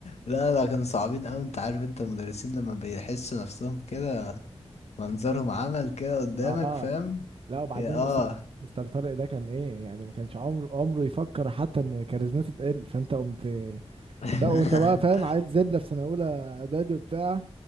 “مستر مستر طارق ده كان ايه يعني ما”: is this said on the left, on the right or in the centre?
Right